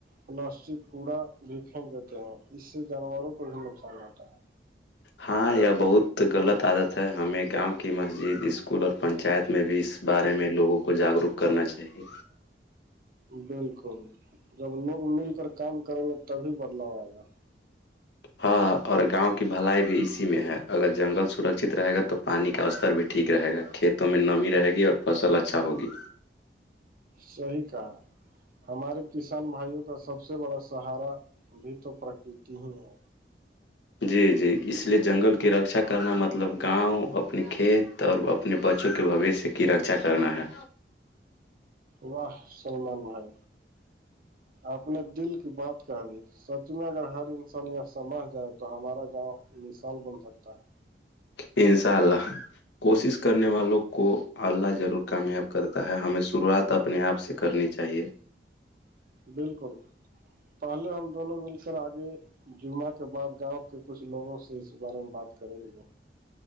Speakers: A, on the right (about 55°); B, on the left (about 85°).
A: پلاسٹک کوڑا بھی پھینک دیتے ہیں اس سے جانوروں کو بھی نقصان ہوتا ہے
B: ہاں یہ بہت غلط عادت ہے ہمیں گاؤں کی مسجد اسکول اور پنچایت میں بھی اس بارے میں لوگوں کو جاگروک کرنا چاہیے
A: بالکل جب لوگ مل کر کام کریں گے تبھی بدلاؤ آئے گا
B: ہاں اور گاؤں کی بلائی بھی اسی میں ہے اگر جنگل سرکچت رہے گا تو پانی کا استر بھی ٹھیک رہے گا کھیت میں نمی رہے گی اور فصل اچھا ہوگی
A: صیح کہا ہمارے کسان بھائیوں کا سب سے بڑا سہارا بھی تو پرکرتی ہی ہے
B: جی جی اس لیے جنگل کی رکھا کرنا مطلب گاؤں اپنے کھیت تو اور اپنے بچوں کے بوشیہ کی رکچا کرنا ہے
A: واہ سلمان بھائی آپ نے دل کی بات کہا دی سچ میں اگر ہر انسان سمجھ جائے تو ہمارا گاؤں مثال بن سکتا ہے
B: انشاء اللہ کوشش کرنے والوں کو اللہ ضرور کامیاب کرتا ہے ہمیں شروعات تو اپنے آپ سے کرنی چاہیے
A: بالکل پہلے ہم دونوں مل کر آگے جمعہ کے بعد گاؤں کے کچھ لوگوں سے اس بارے میں بات کریں گے